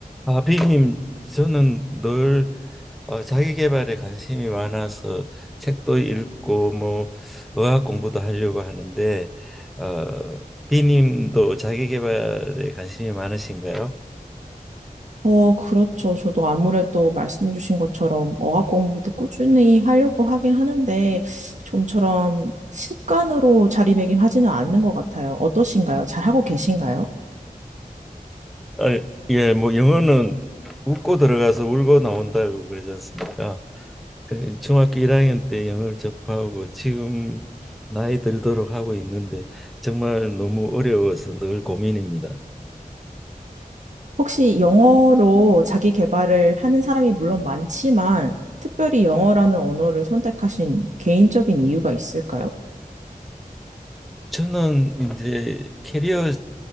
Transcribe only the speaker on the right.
어, 그렇죠. 저도 아무래도 말씀해주신 것처럼 어학 공부도 꾸준히 하려고 하긴 하는데, 좀처럼 습관으로 자리매김하지는 않는 것 같아요. 어떠신가요? 잘하고 계신가요?
혹시 영어로 자기 개발을 하는 사람이 물론 많지만, 특별히 영어라는 언어를 선택하신 개인적인 이유가 있을까요?